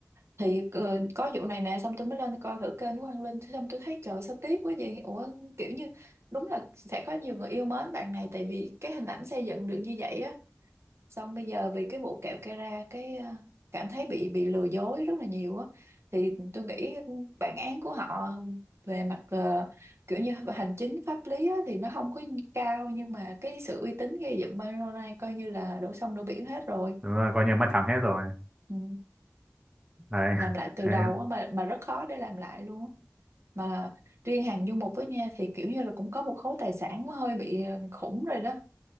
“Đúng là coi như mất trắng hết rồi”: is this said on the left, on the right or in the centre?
Right